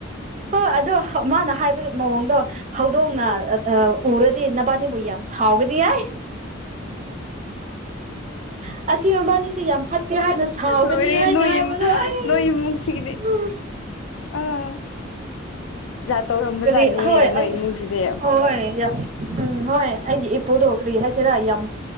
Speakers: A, on the right (about 35°); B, on the left (about 75°).
A: ꯍꯣꯏ ꯑꯣ ꯃꯥꯅ ꯍꯥꯏꯕ ꯃꯑꯣꯡꯗꯣ ꯍꯧꯗꯣꯡꯅ
B: ꯎꯝ
A: ꯎꯔꯗꯤ ꯏꯟꯅ ꯄꯅꯤ ꯄꯨꯏ ꯌꯥꯝ ꯁꯥꯎꯒꯗꯤ ꯌꯥ ꯑꯁꯤ ꯑꯁꯤ ꯃꯕꯥꯅꯤꯁ ꯌꯥꯝ ꯐꯠꯇꯦ ꯍꯥꯏꯅ ꯁꯥꯎꯒꯅꯤ
B: ꯂꯣꯏꯔꯦ
A: ꯍꯥꯏꯅ
B: ꯅꯣꯏ
A: ꯍꯥꯏꯕꯗꯣ ꯑꯩ
B: ꯅꯣꯏ ꯏꯃꯨꯡꯁꯤꯒꯤꯗꯤ
A: ꯎ
B: ꯑꯣ ꯇꯧꯔꯝꯕꯖꯥꯠꯅꯤꯍꯦ
A: ꯀꯔꯤ ꯍꯣꯏ
B: ꯅꯣꯏ
A: ꯑꯩ
B: ꯏꯃꯨꯡꯁꯤꯗꯤ
A: ꯍꯣꯏ ꯌꯥ ꯎꯝ ꯍꯣꯏ ꯑꯩꯒꯤ ꯏꯄꯨꯗꯣ ꯀꯔꯤ ꯍꯥꯏꯁꯤꯔꯥ ꯌꯥꯝ